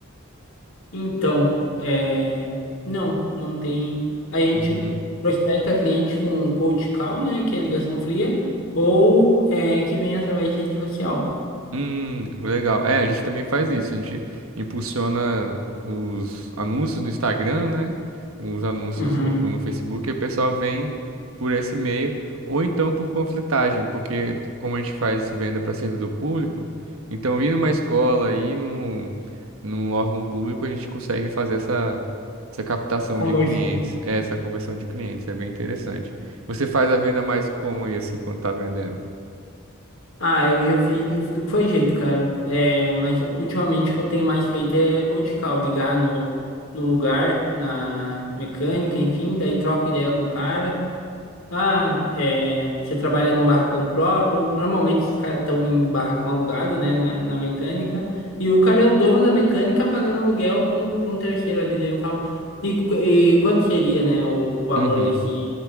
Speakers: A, on the left; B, on the right.
A: Então, é... não, não tem. A gente
B: Uhum.
A: prospecta cliente com um cold call, né, que é ligação fria, ou é, que vem através de rede social.
B: Hum, legal. É, a gente também faz isso. A gente impulsiona os anúncios no Instagram, né? Os anúncios
A: Uhum.
B: no Facebook, e o pessoal vem por esse meio, ou então por panfletagem, porque como a gente faz venda para servidor público, então ir numa escola, ir num, num órgão público, a gente consegue fazer essa, essa captação
A: Conversa.
B: de clientes, é, essa conversão de clientes. É bem interessante. Você faz a venda mais como aí, assim, quando tá vendendo?
A: Ah, eu já fiz de tudo que foi jeito, cara. É, mas ultimamente o que eu tenho mais feito é cold call, ligar no, no lugar, na mecânica, enfim, daí troco ideia com o cara. Ah, é, você trabalha num barracão próprio. Normalmente os caras estão em barracão alugado, né, na, na mecânica. E o cara é o dono da mecânica pagando aluguel para um, para um terceiro ali. Daí eu falo, e, qu- e quanto seria, né, o, o valor
B: Uhum.
A: desse